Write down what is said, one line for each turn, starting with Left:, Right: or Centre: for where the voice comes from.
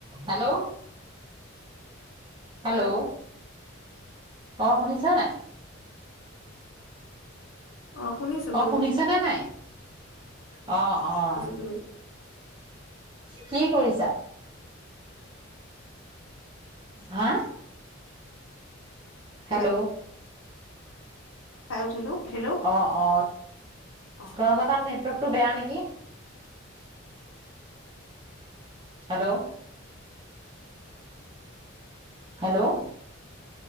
Right: Hello hello
Left: hello
Right: অ শুনিছা নাই?
Left: অ শুনিছো
Right: অ'
Left: শুনিছো
Right: শুনিছেনে নাই? অ' অ
Left: শুনিছো
Right: কি কৰিছা হা?
Left: কেইটা
Right: হ্যালো
Left: খাই উঠিলো উঠিলো
Right: অ' অ
Left: অ
Right: <unintelligible> <unintelligible> বেয়া নেকি? হেল্লো হ্যালো